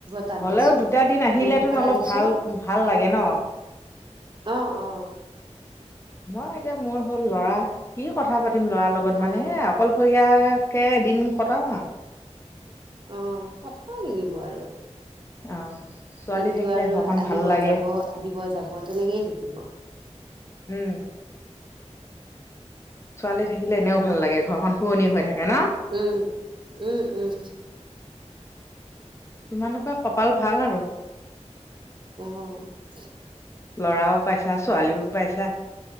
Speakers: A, on the right; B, on the left.
A: তাত
B: হ'লেও
A: দিছো
B: দুটা দিন আহিলে
A: ৰুম
B: তুন
A: ভাড়া
B: অলপ
A: দিছো
B: ভাল ভাল লাগে ন?
A: আহ, আহ।
B: মই এতিয়া মোৰ হ'ল লৰা, কি কথা পাতিম লৰা লগত
A: অ
B: মানে
A: অ
B: হে অকলশৰীয়া তাকে দিন কটাও আও।
A: অ কতাব লাগিব আৰু।
B: অ। ছোৱালী
A: দিনটো
B: থাকিলে
A: আৰু
B: ঘৰখন
A: আহিব
B: ভাল লাগে
A: যাব, আহিব যাব, তেনেকেই থাকিব।
B: উম। ছোৱালী থাকিলে এনেও ভাল লাগে, ঘৰখন শুৱনি হৈ থাকে ন?
A: উম উম উম।
B: তোমালোকৰ কপাল ভাল আৰু।
A: অহ।
B: লৰাও পাইছা, ছোৱালীও পাইছা।